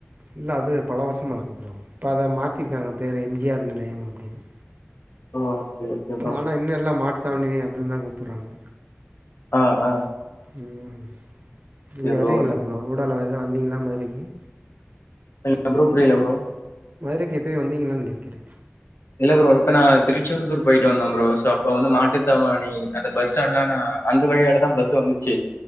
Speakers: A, on the right (about 45°); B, on the left (about 60°).
A: இல்ல அது பல வருஷமா இருக்கு ப்ரோ இப்ப அத மாத்திருக்காங்க பேர் எம் ஜி ஆர் நிலையம் அப்டின்னு
B: ஓகே ஓகே ப்ரோ
A: ஆனா இன்னு எல்லா மாட்டு தாவணி அப்படின்தா கூப்பர்றாங்க
B: ஆ ஆ
A: ம்
B: ஓகே
A: நீங்க
B: ப்ரோ
A: வருவீங்களா இ்வ்ளோகூடாலா எதவு வந்தீங்களா மதுரைக்கி
B: இல்ல ப்ரோ புரிய ப்ரோ
A: மதுரைக்கு எப்பயு வந்திங்களான்னு கேக்கறே
B: இல்ல ப்ரோ இப்போ நா திருச்செந்தூர் போயிட்டு வந்த ப்ரோ சோ அப்போ வந்து மாட்டுத்தாவாணி அந்த பஸ் ஸ்டாண்ட்ல்லா நா அந்த வழியாடதா பஸ்ஸு வந்துச்சு